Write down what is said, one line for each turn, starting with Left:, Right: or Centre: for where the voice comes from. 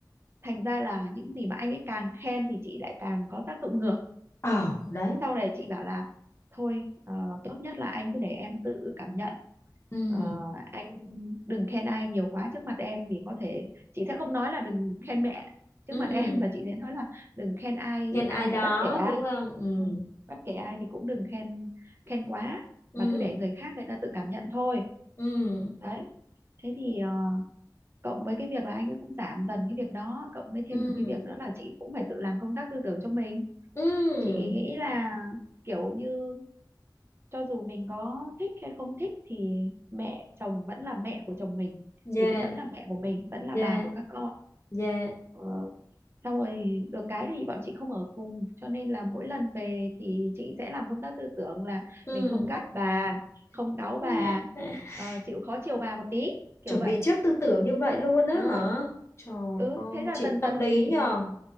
Right: thành ra là những gì mà anh ấy càng khen thì chị lại càng có tác dụng ngược
Left: ồ đấy
Right: thế sau này chị bảo là thôi ờ, tốt nhất là anh cứ để em tự cảm nhận
Left: ừ
Right: Ờ, anh đừng khen ai nhiều quá trước mặt em vì có thể chị sẽ không nói là đừng khen mẹ trước
Left: ừ
Right: mặt em và chị sẽ nói là đừng khen ai
Left: khen ai
Right: ai
Left: đó
Right: bất kể ai
Left: đúng không ừ
Right: ừ. bất kể ai thì cũng đừng khen khen quá
Left: ừ
Right: mà cứ để người khác người ta tự cảm nhận thôi
Left: ừ
Right: đấy thế thì ờ, cộng với cái việc là anh ấy cũng giảm dần cái việc đó cộng với thêm
Left: ừ
Right: một cái việc nữa là chị cũng phải tự làm công tác tư tưởng cho mình
Left: ừ
Right: chị nghĩ là kiểu như cho dù mình có thích hay không thích thì mẹ chồng vẫn là mẹ của chồng mình
Left: dạ
Right: thì cũng vẫn là mẹ của mình vẫn là
Left: dạ
Right: bà của các con
Left: dạ
Right: ờ, xong rồi được cái thì bọn chị không ở cùng cho nên là mỗi lần về thì chị sẽ làm công tác tư tưởng là
Left: ừ
Right: mình không gắt bà không cáu bà
Left: <laughs>
Right: ờ, chịu khó chiều bà một tí kiểu
Left: chuẩn
Right: vậy
Left: bị trước tư tưởng như vậy luôn á
Right: đúng
Left: hả
Right: rồi
Left: trời
Right: ừ
Left: ơi
Right: thế là
Left: chị
Right: dần
Left: tâm
Right: dần
Left: lý
Right: thì
Left: nhờ